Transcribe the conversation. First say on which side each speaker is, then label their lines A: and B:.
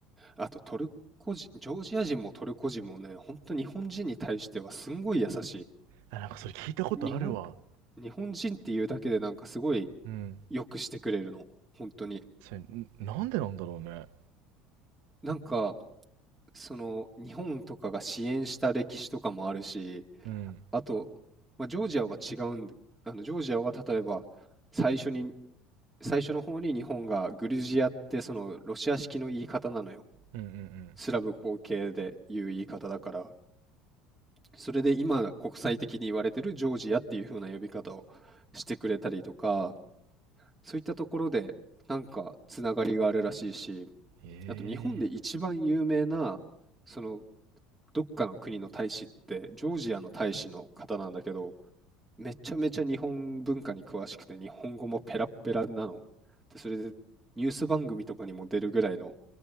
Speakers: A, in the centre; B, on the right.
A: あとトルコ人、ジョージア人もトルコ人もね、本当日本人に対してはすんごい優し
B: あ、なんかそれ聞いたことあるわ。
A: い。日本、日本人っていうだけでなんかすごい
B: うん。
A: 良くしてくれるの。本当に。
B: それ、んなんでなんだろうね。
A: なんか、その日本とかが支援した歴史とかもあるし、
B: うん。
A: あと、まあ、ジョージアは違うんで、あのジョージアは例えば最初に、最初の方に日本がグルジアってそのロシア式の言い方なのよ。
B: うんうんうん。
A: スラブ後継で言う言い方だから、それで今国際的に言われてるジョージアっていう風な呼び方をしてくれたりとか、そういったところでなんかつながりがあるらしいし、
B: ええ
A: あと日本で一番有名なそのどっかの国の大使ってジョージアの大使の方なんだけどめちゃめちゃ日本文化に詳しくて日本語もペラッペラなの。でそれでニュース番組とかにも出るぐらいの